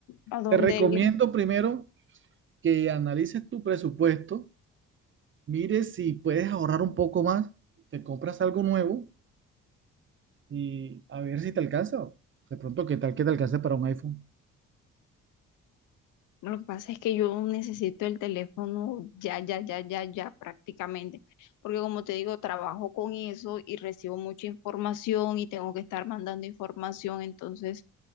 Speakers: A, on the left; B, on the right.
A: ¿A dónde
B: te recomiendo
A: ir?
B: primero que analices tu presupuesto, mires si puedes ahorrar un poco más, te compras algo nuevo y a ver si te alcanza. De pronto, ¿qué tal que te alcance para un iPhone?
A: Lo que pasa es que yo necesito el teléfono ya, ya, ya, ya, ya prácticamente, porque como te digo, trabajo con eso y recibo mucha información y tengo que estar mandando información, entonces